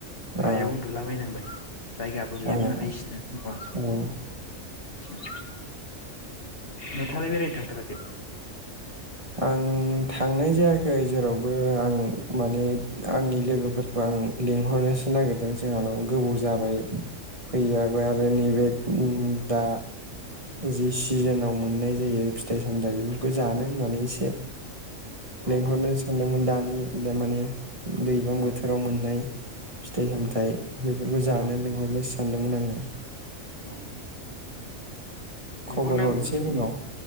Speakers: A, on the left; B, on the right.
A: हायाव
B: औ
A: उन्दुलाबायनांबाय जायगाबो गैयामोन
B: औ
A: नालाय बिसिना न'आ
B: औ
A: नोंथाङालाय बेरायनो थांथाराखै
B: आं थांनाय जायाखै जेरावबो आं माने आंनि लोगोफोरखौ आं लिंहरनोसो नागिरदों जोंहानाव गोबाव जाबाय फैयाबो आरो नैबे दा जि सिजोनाव मोननाय जायो फिथाइ सामथाइ बेफोरखौ जानो होननानै एसे
A: औ
B: लिंहरनो सानदोंमोन दानि दा माने दैज्लां बोथोराव
A: औ
B: मोननाय फिथाइ सामथाय
A: औ
B: बेफोरखौ जानो
A: औ
B: लिंहरनो सानदोंमोन आङो
A: औ लिंहरनांगौ
B: खबर हरसै
A: बिदिनो
B: उनाव